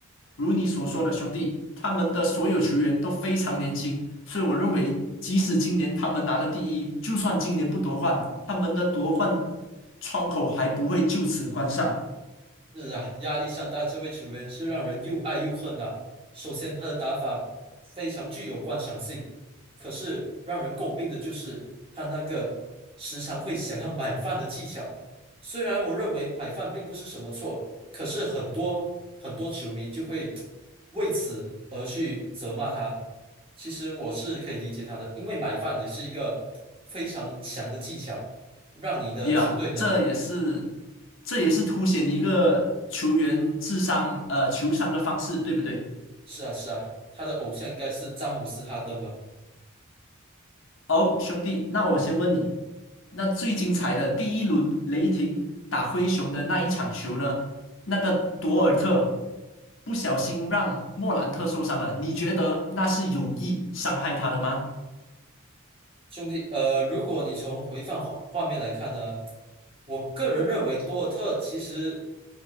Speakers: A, on the left (about 60°); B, on the right (about 25°).
A: 如你所说的兄弟，他们的所有球员都非常年轻，所以我认为，即使今年他们拿了第一，就算今年不夺冠，他们的夺冠窗口还不会就此关上。
B: 是啊，亚历山大这位球员是让人又爱又恨呐、首先，他的打法非常具有观赏性，可是让人诟病的就是他那个时常会想要买饭的技巧。虽然我认为买饭并不是什么错，可是很多很多球迷就会为此而去责骂他。其实我是可以理解他的，因为买饭也是一个非常强的技巧，让你的球队能
A: 呀这也是这也是凸显一个球员智商呃球商的方式，对不对？
B: 是啊，是啊，他的偶像应该是詹姆斯·哈登吧，
A: 哦，兄弟，那我先问你，那最精彩的第一轮雷霆打灰熊的那一场球呢？那个多尔特不小心让莫兰特受伤了，你觉得那是有意伤害他的吗？
B: 兄弟。呃，如果你从回放画画面来看呢，我个人认为多尔特其实